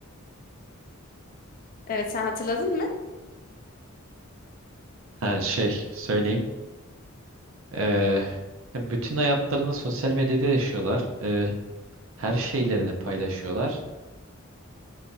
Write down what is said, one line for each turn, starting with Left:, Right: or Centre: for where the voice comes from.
Left: Evet sen hatırladın mı?
Right: Ha şey söyleyeyim. Ee, bütün hayatlarını sosyal medyada yaşıyorlar. Ee, her şeylerini paylaşıyorlar.